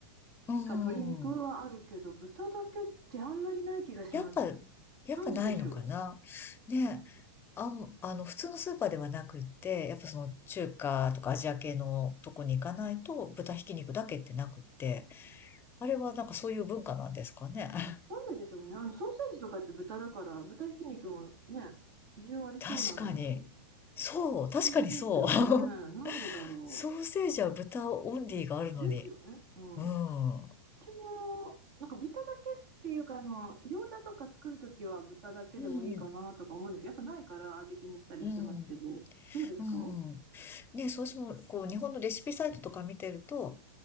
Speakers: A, on the left; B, on the right.
A: うん。
B: か鶏肉はあるけど、豚だけってあんまりない気がします。
A: やっぱ、やっぱないのかなねえ、
B: なんででしょう。
A: あん、あの、普通のスーパーではなくって、やっぱその中華とかアジア系のとこに行かないと豚ひき肉だけってなくって、あれはなんかそういう文化なんですかね。<laughs>
B: なんででしょうね。あのソーセージとかって豚だから、豚ひき肉もね、需要ありそうなのに、
A: 確かに。
B: 不
A: そう、確かにそう。
B: 思議ですよね。
A: <laughs>
B: なんでだろ
A: ソーセージは豚オンリーがあるのに。
B: う。ですよね。うん。
A: うん。
B: う
A: う
B: ちも、なんか豚だけっていうか、あの、餃子とか作るときは豚だけでもいいかなとか思うんですけど、
A: ん。
B: やっぱないから合いびきにしたりしてますけど、
A: うん。
B: どうですか
A: うん。ね、そうしても、こう、日本のレシピサイトとか見てると、